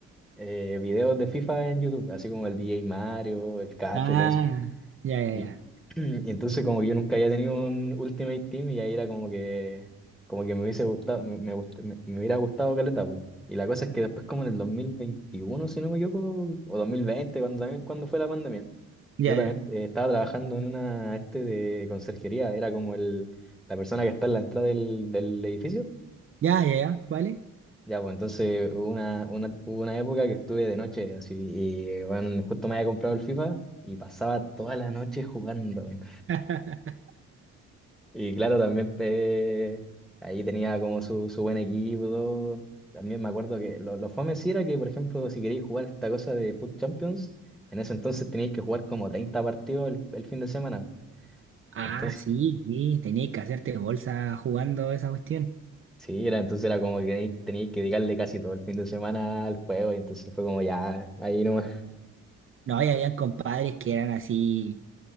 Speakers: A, in the centre; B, on the right (about 45°).
A: eh, videos de FIFA en YouTube, así como el DJ Mario, el Cacho,
B: ah,
A: todo eso.
B: ya,
A: Y,
B: ya,
A: <clears throat> y entonces como que yo nunca había tenido un Ultimate Team y ahí era como que, como que me hubiese gustado, me, me, gust- me- me hubiera gustado caleta. pues. Y la cosa es que después como en el 2021, si no me equivoco, o 2020, cuando también cuando fue la pandemia.
B: ya,
A: Yo también
B: ya, ya,
A: eh, estaba trabajando en una este de conserjería, era como el, la persona que está en la entrada del, del edificio.
B: ya, ya, ya, ¿vale?
A: Ya, pues entonces hubo una, una, hubo una época que estuve de noche, así, y bueno, justo me había comprado el FIFA y pasaba toda la noche jugando. weón.
B: <laughs>
A: Y claro, también eh, ahí tenía como su, su buen equipo. todo. También me acuerdo que lo, lo fome sí era que, por ejemplo, si queréis jugar esta cosa de Foot Champions, en ese entonces teníais que jugar como 30 partidos el, el fin de semana. Entonces,
B: Ah, sí, sí, tenías que hacerte bolsa jugando esa cuestión.
A: Sí, era, entonces era como que tenía que dedicarle casi todo el fin de semana al juego y entonces fue como ya, ahí no.
B: No, y había compadres que eran así.